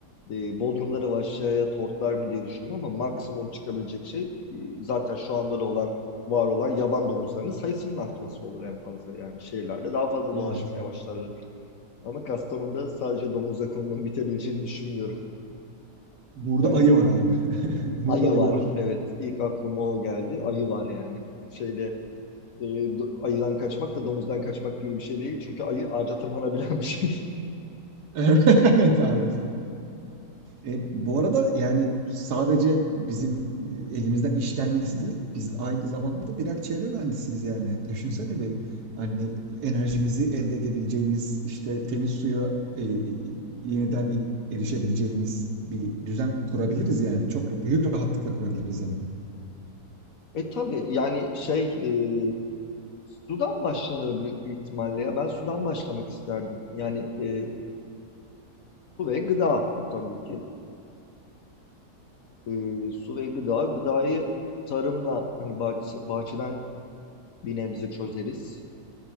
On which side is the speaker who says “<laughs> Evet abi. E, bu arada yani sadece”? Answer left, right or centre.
Right